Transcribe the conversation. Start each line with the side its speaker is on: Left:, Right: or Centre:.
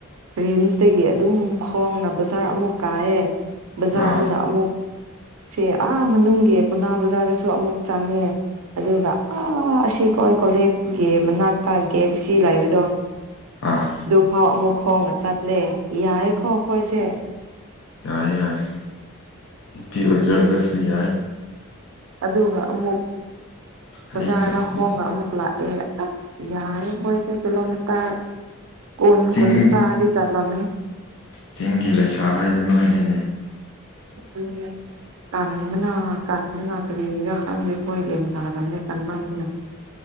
Right: ꯔꯤꯝꯁꯇꯒꯤ ꯑꯗꯨꯝ ꯈꯣꯡꯅ ꯕꯖꯥꯔ ꯑꯃꯨꯛ ꯀꯥꯏꯌꯦ꯫ ꯕꯖꯥꯔꯗꯅ
Left: ꯑꯥ
Right: ꯑꯃꯨꯛ ꯁꯝ ꯑꯥ ꯃꯅꯨꯡꯒꯤ ꯄꯥꯎꯅꯥ ꯕꯖꯥꯔꯗꯁꯨ ꯑꯃꯨꯛ ꯆꯪꯉꯦ꯫ ꯑꯗꯨꯒ ꯑꯥ ꯑꯁꯤ ꯑꯩꯈꯣꯏ ꯀꯣꯂꯦꯖꯒꯤ ꯃꯅꯥꯛꯇ ꯀꯦ ꯑꯦꯐ ꯁꯤ ꯂꯥꯩꯕꯗꯣ꯫
Left: ꯑꯥ
Right: ꯑꯗꯨꯐꯥꯎ ꯑꯃꯨꯛ ꯈꯣꯡꯅ ꯆꯠꯂꯦ ꯌꯥꯏꯀꯣ ꯑꯩꯈꯣꯏꯁꯦ꯫
Left: ꯌꯥꯏ ꯌꯥꯏ ꯅꯨꯄꯤ ꯑꯣꯏꯖꯔꯒꯁꯨ ꯌꯥꯏ꯫
Right: ꯑꯗꯨꯒ ꯑꯃꯨꯛ
Left: ꯑꯩꯁꯨ
Right: ꯕꯖꯥꯔꯗ
Left: ꯑꯗꯨꯝ
Right: ꯈꯣꯡꯅ ꯑꯃꯨꯛ ꯂꯥꯛ꯫ ꯑꯦ ꯑꯁ ꯌꯥꯏ ꯈꯣꯏꯁꯦ ꯀꯤꯂꯣꯃꯤꯇꯔ ꯀꯨꯟ
Left: ꯆꯤꯡ
Right: ꯀꯨꯟꯊ꯭ꯔꯥꯗꯤ꯫ ꯆꯠꯂꯝꯃꯤ꯫
Left: ꯆꯤꯡꯒꯤ ꯂꯩꯁꯥ ꯍꯥꯏꯗꯨ ꯅꯣꯏꯅꯤꯅꯦ꯫
Right: <unintelligible> ꯀꯟꯕꯅ ꯀꯟꯕꯅ꯫ ꯀꯔꯤꯒꯤꯔꯥ ꯈꯪꯗꯦ ꯈꯣꯏ ꯒꯦꯝ ꯇꯥꯗꯝꯅꯦ ꯀꯟꯃꯟꯕꯅ꯫